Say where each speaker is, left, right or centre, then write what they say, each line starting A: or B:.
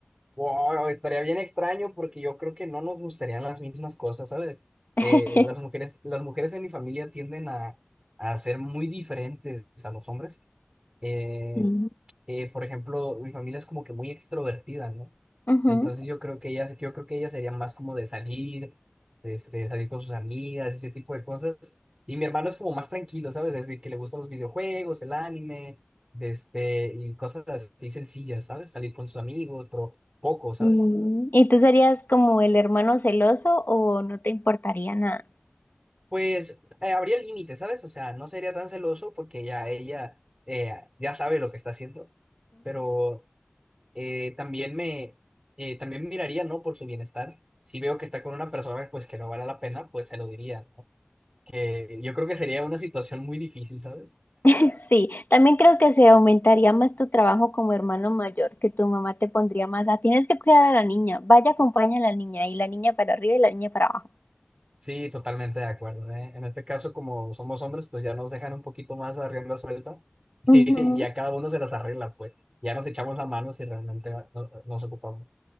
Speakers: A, on the right (about 20°); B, on the left (about 55°).
A: Wow, estaría bien extraño porque yo creo que no nos gustarían las mismas cosas, ¿sabes?
B: <laughs>
A: Eh, las mujeres, las mujeres de mi familia tienden a, a ser muy diferentes a los hombres. Eh,
B: Mm,
A: eh, por ejemplo, mi familia es como que muy extrovertida, ¿no?
B: ujú.
A: Entonces yo creo que ella, yo creo que ella sería más como de salir, este, salir con sus amigas, ese tipo de cosas. Y mi hermano es como más tranquilo, ¿sabes? desde que le gustan los videojuegos, el anime, de este, y cosas así sencillas, ¿sabes? Salir con sus amigos, pero poco, ¿sabes?
B: Mm. ¿Y tú serías como el hermano celoso o no te importaría nada?
A: Pues eh, habría límites, ¿sabes? O sea, no sería tan celoso porque ya ella eh, ya sabe lo que está haciendo, pero eh, también me, eh, también miraría, ¿no? Por su bienestar. Si veo que está con una persona, pues que no vale la pena, pues se lo diría. que yo creo que sería una situación muy difícil, ¿sabes?
B: <laughs> Sí, también creo que se aumentaría más tu trabajo como hermano mayor, que tu mamá te pondría más a, tienes que cuidar a la niña, vaya, acompaña a la niña, y la niña para arriba y la niña para abajo.
A: Sí, totalmente de acuerdo, ¿eh? En este caso, como somos hombres, pues ya nos dejan un poquito más a rienda suelta <laughs>
B: Ujú,
A: y a cada uno se las arregla, pues. Ya nos echamos la mano si realmente va- no- ah, nos ocupamos.